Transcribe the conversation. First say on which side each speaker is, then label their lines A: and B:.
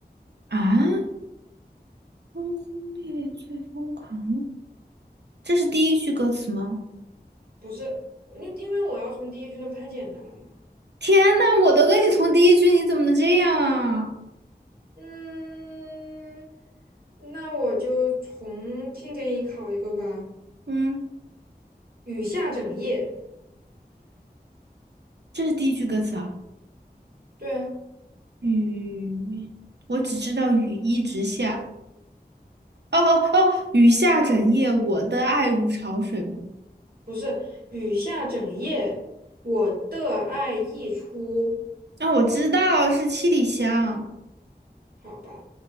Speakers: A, on the right; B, on the right.
A: 啊，轰轰烈烈最疯狂。这是第一句歌词吗？
B: 不是？你因为我要从第一句，那不太简单了吗？
A: 天呐，我都跟你从第一句，你怎么能这样啊？
B: 嗯，那我就重新给你考一个吧。
A: 嗯，
B: 雨下整夜，
A: 这是第一句歌词啊。
B: 对啊，
A: 雨，我只知道雨一直下。哦哦哦，雨下整夜，我的爱如潮水吗？
B: 不是雨下整夜，我的爱溢出，
A: 啊、我知道是七里香。
B: 好吧。